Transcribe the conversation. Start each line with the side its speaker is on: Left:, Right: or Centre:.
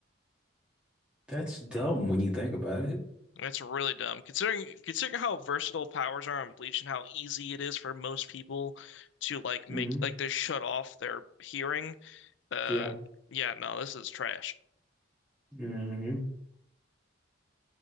Centre: That's dumb when you think about it.
Left: That's really dumb. Considering considering how versatile powers are on Bleach and how easy it is for most people to like make
Centre: Mm-hmm.
Left: like they shut off their hearing. Uh
Centre: Yeah.
Left: yeah, no, this is trash.
Centre: Mm-hmm.